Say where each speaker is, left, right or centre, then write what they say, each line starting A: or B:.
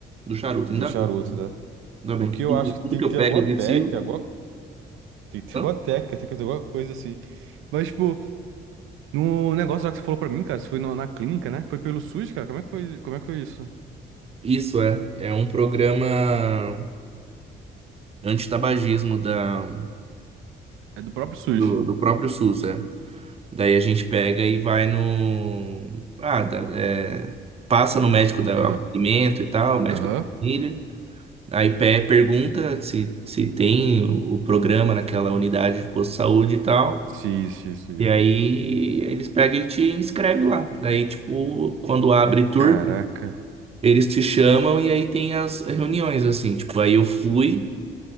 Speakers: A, on the right; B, on the right.
A: do charuto.
B: Do
A: Ainda
B: charuto,
A: bem,
B: né?
A: ainda bem
B: Porque
A: que tudo,
B: eu acho que tem
A: tudo que
B: que
A: eu
B: ter
A: pego
B: alguma
A: eu
B: técnica,
A: vicio.
B: alguma... tem que ter
A: Hã?
B: alguma técnica, tem que ter alguma coisa assim. Mas, tipo, no negócio lá que você falou pra mim, cara, você foi no- na clínica, né? Foi pelo SUS, cara? Como é que foi, como é que foi isso?
A: Isso é, é um programa antitabagismo da,
B: É do próprio SUS.
A: do, do próprio SUS, é. Daí a gente pega e vai no. Ah, da- é, passa no médico do acolhimento
B: Ah,
A: e tal, médico
B: aham.
A: da família. Aí pe- pergunta se, se tem o o programa naquela unidade de posto de saúde e tal.
B: Sim, sim, sim.
A: E aí eles pegam e te inscrevem lá. Daí, tipo, quando abre turma,
B: Caraca.
A: eles te chamam e aí tem as reuniões, assim. Tipo, aí eu fui,